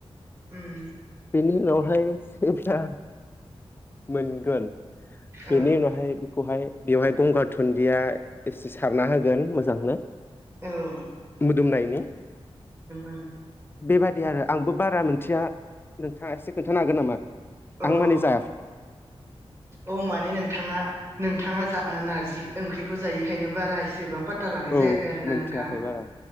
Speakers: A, on the right; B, on the left.
A: उम
B: बेनि उनहायबा मोनगोन
A: औ
B: बेनि उनावहाय बेखौहाय बेवहाय गंगार थुन्दिया एसे सारना होगोन मोजांनो।
A: ओं
B: मोदोमनायनि।
A: ओं
B: बेबादि आरो आंबो बारा मोनथिया नोंथाङा एसे खोन्थानो हागोन नामा?
A: औ
B: आं माने जा
A: औ माने नोंथाङा नोंथाङा जा ओ नारजि ओंख्रिखौ जायि खायनो बारा एसेबां फात ता लानाय
B: औ
A: जायाखै आरोना
B: मोनथियाखै
A: नोंथां।
B: बारा